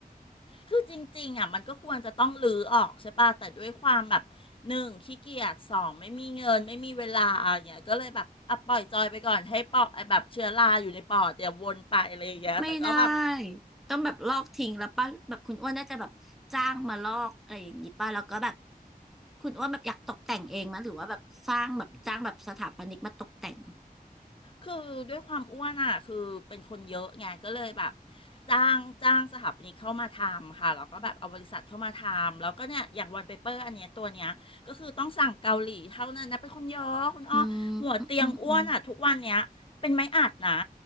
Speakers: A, on the left; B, in the centre.
A: คือจริงๆอ่ะมันก็ควรจะต้องรื้อออกใช่ป่ะแต่ด้วยความแบบหนึ่งขี้เกียจสองไม่มีเงินไม่มีเวลาอย่างเงี้ยก็เลยแบบอ่ะปล่อยจอยไปก่อนให้ปอดแบบเชื้อราอยู่ในปอดเดี๋ยววนไปอะไรอย่างเงี้ยแต่ก็แบบ
B: ไม่ได้ต้องแบบลอกทิ้งแล้วป่ะแบบคุณอ้วนน่าจะแบบจ้างมาลอกอะไรอย่างนี้ป่ะแล้วก็แบบคุณอ้วนแบบอยากตกแต่งเองมั้ยหรือว่าแบบสร้างแบบจ้างแบบสถาปนิกมาตกแต่ง
A: คือด้วยความอ้วนอ่ะคือเป็นคนเยอะไงก็เลยแบบจ้างจ้างสถาปนิกเข้ามาทำค่ะแล้วก็แบบเอาบริษัทเข้ามาทำแล้วก็เนี่ยอย่างวันเปเปอร์อันเนี้ยตัวเนี้ยก็คือต้องสั่งเกาหลีเท่านั้นนะเป็นคนเยอะคุณอ้อหัวเตียงอ้วนอ่ะทุกวันเนี้ยเป็นไม้อัดนะ
B: อืมอืมอืมอืม